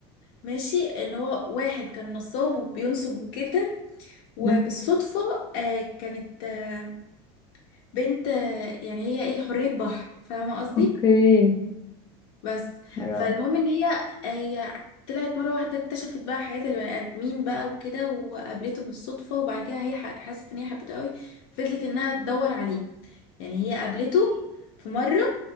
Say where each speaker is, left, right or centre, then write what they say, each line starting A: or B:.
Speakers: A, on the left; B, on the left.
A: ماشي ان هو واحد كان نصاب وبينصب وكده وبالصدفه
B: امم
A: آه، كانت آه، بنت آه، يعني هي ايه حرية بحر فاهمة قصدي
B: اوكي
A: بس
B: حلو
A: فالمهم
B: أوي.
A: ان هي هي طلعت مرة واحدة اكتشفت بقى حياة البني آدمين بقى وكده وقابلته بالصدفة وبعد كده هي ح- حست ان هي حبته قوي فضلت انها تدور عليه يعني هي قابلته في مرة